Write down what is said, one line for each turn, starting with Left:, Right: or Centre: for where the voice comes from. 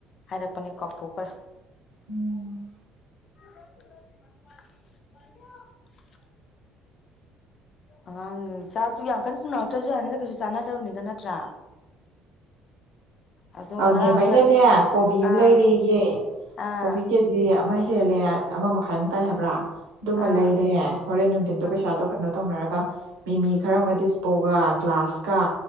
Left: ꯍꯥꯏꯔꯛꯄꯅꯦ ꯀꯥꯎꯊꯣꯛꯈ꯭ꯔꯦ
Right: <inaudible>
Left: <inaudible> ꯑꯉꯥꯡ ꯆꯥꯛꯇꯨ ꯌꯥꯝ ꯀꯟꯅ ꯄꯨꯔꯛꯇ꯭ꯔꯁꯨ ꯌꯥꯅꯤꯗ ꯀꯩꯁꯨ ꯆꯥꯅꯗꯕꯅꯤꯗ ꯅꯠꯇ꯭ꯔꯥ ꯑꯗꯣ
Right: ꯑ
Left: ꯉꯔꯥꯡ
Right: ꯅꯦꯝꯃꯩꯅꯅꯦ
Left: ꯑꯩꯈꯣꯏ
Right: ꯀꯣꯕꯤ ꯑꯃ
Left: ꯑꯥ
Right: ꯂꯩꯔꯦꯌꯦ
Left: ꯑꯥ
Right: ꯀꯣꯕꯤ ꯀꯤ ꯀꯤꯖꯤ ꯑꯃ ꯍꯦꯜꯂꯦ ꯑꯃ ꯃꯈꯥꯏꯃꯨꯛ ꯇꯥꯏ ꯍꯥꯏꯕ꯭ꯔꯥ ꯑꯗꯨꯃ
Left: ꯑꯥ
Right: ꯂꯩꯔꯦ ꯍꯣꯔꯦꯟ ꯅꯨꯡꯊꯤꯟꯗꯣ
Left: ꯑꯥ
Right: ꯄꯩꯁꯥꯗꯣ ꯀꯩꯅꯣ ꯇꯧꯅꯔꯒ ꯃꯤ-ꯃꯤ ꯈꯔ ꯑꯃꯒ ꯗꯤꯁꯄꯣꯒ ꯒ꯭ꯂꯥꯁꯀ